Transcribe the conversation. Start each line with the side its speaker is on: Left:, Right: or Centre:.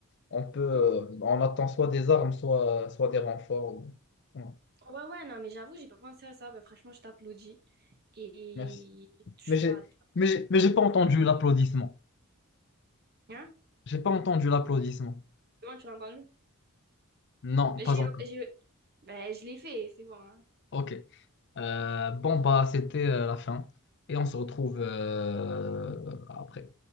Left: on peut, euh,
Right: Mhm.
Left: on attend soit des armes, soit, soit des renforts. ou- Voilà.
Right: Ouais, ouais, non, mais j'avoue, j'ai pas pensé à ça. Bah, franchement, je t'applaudis. Et,
Left: Merci.
Right: et tu
Left: Mais
Right: feras.
Left: j'ai, mais j'ai, mais j'ai pas entendu l'applaudissement.
Right: Hein?
Left: J'ai pas entendu l'applaudissement.
Right: C'est bon, tu l'as entendu?
Left: Non,
Right: Mais
Left: pas
Right: J'ai,
Left: encore.
Right: j'ai... Ben, je l'ai fait, c'est bon. hein.
Left: Ok. Euh, bon, bah, c'était euh, la fin. Et on se retrouve euh, après.